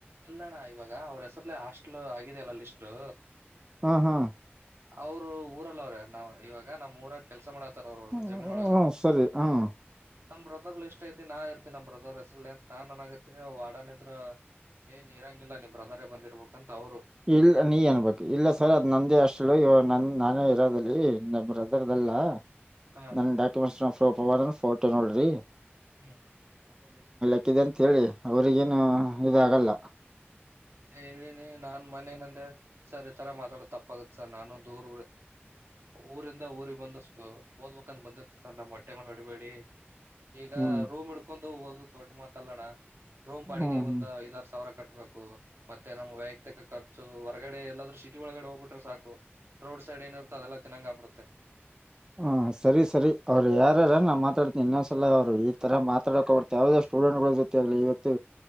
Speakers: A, on the right; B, on the right.
A: ಎಲ್ಲಣ್ಣ ಇವಾಗ ಅವ್ರ ಹೆಸರ್ಲೆ ಹಾಸ್ಟೆಲ್ ಆಗಿದಲ್ಲ ಲ್ಟು
B: ಹಾ ಹಾ
A: ಅವರು ಊರಲ್ಲ ಅವ್ರೆ ನಾವ್ ಇವಾಗ ನಮ್ಮ್ ಊರಾಗ ಕೆಲ್ಸ ಮಾಡ ಅವರು
B: ಹ್ಮ್
A: ಜಮೀನ್ ಒಳಗೆ
B: ಸರಿ ಹ್ಮ್
A: ನಮ್ ಬ್ರೋ ಇಷ್ಟ ಐತಿ ನಾ ಇರ್ತತಿನ ನಮ ಬ್ರದರ್ ಹೆಸರು ಎಂತ ನಾನ್ ನನಾಗರ್ತಿನಿ ವಾಡನಿದ್ರರು ಏನ್ ಇರಂಗಿಲ್ಲ ನಿ ಬ್ರದರೇ ಬಂದಿರ್ಬೇಕಂತ ಅವರು
B: ಇಲ್ಲ ನೀ ಏನ್ಬೇಕು ಇಲ್ಲ ಸರ್ ಅ ನಂದೇ ಅಷ್ಟು ಇವ ನನ್ ನಾನೇ ಇರೋದಲ್ಲಿ ನಮ್ಮ ಬ್ರದರ್ದೆಲ್ಲ
A: ಹ
B: ನನ್ ಡಾಕ್ಯುಮೆಂಟ್ಸ್ ಫೋಟೋ ನೋಡ್ರಿ
A: ಹ್ಮ್ ಹ್ಮ್
B: ಕ್ಕಿದೆ ಅಂತ ಹೇಳಿ ಅವ್ರಿಗೇನು ಇದಾಗಲ್ಲ
A: ಅ ಹೇಳಿನಿ ನಾನ್ ಮನೇನಂದೆ ಸರ್ ಈ ತರ ಮಾತಾಡ ತಪ್ಪಾಗತ್ ಸರ್ ನಾನು ದೂರ್ ಊರಿಂದ ಊರಿಗೆಗ್ ಬಂದು ಓದ್ಬೇಕಂತ ಬಂದಿರ್ತ್ತ ಸರ್ ನಮ್ಮ್ ಹೊಟ್ಟೆ ಮೇಲೆ ಹೊಡಿಬೇಡಿ ಈಗ
B: ಹ್ಮ್
A: ರೂಮ್ ಇಡ್ಕೊಂಡು ಹಓ ದೊಡ್ಡ ಮಾತ ಅಲ್ಲೋಣ ರೂಮ್ ಬಾಡಿಗೆ
B: ಹ್ಮ್
A: ಒಂದು
B: ಹ್ಮ್
A: ಐದಾರು ಸಾವಿರ ಕಟ್ಟ ಬೇಕು ಮತ್ತೆ ನಮ್ಮ್ ವೈಯಕ್ತಿಕ ಖರ್ಚು ಹೊರಗಡೆ ಎಲ್ಲಾದ್ರೂ ಸಿಟಿ ಒಳಗಡೆ ಹೋಗ್ಬಿಟ್ರೆ ಸಾಕು ರೋಡ್ ಸೈಡ್ ಏನ ಇರ್ತ ಅದೆಲ್ಲ ತಿನ್ನಂಗ ಆಬಿಡುತ್ತೆ
B: ಹ್ಮ್ ಸರಿ ಸರಿ ಅವ್ರು ಯಾರ ನಾ ಮಾತಾಡ್ತೀ ಇನ್ನೊಂದಸಲ ಅವರು ಈ ತರ ಮಾತಾಡಕ ಅವರ್ ಯಾವ್ದಾವ ಸ್ಟೂಡೆಂಟ್ ಗಳು ಇವತ್ತು